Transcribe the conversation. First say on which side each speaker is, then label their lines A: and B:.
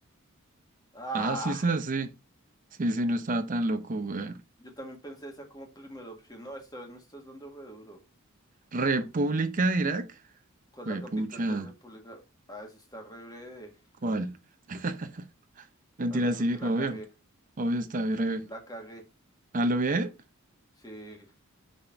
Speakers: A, on the left; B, on the right.
A: Ah,
B: Ah, sí, sí, sí. Sí, sí, no estaba tan loco, güey.
A: yo también pensé esa como primera opción. No, esta vez me estás dando re duro.
B: República de Irak.
A: ¿Cuál
B: Güey,
A: es la capital
B: pucha.
A: de República? Ah, esa está re breve.
B: ¿Cuál? <laughs> Mentira,
A: Ah, no, creo
B: sí,
A: que la
B: obvio.
A: cagué.
B: Obvio está breve.
A: La cagué.
B: ¿A lo bien?
A: Sí.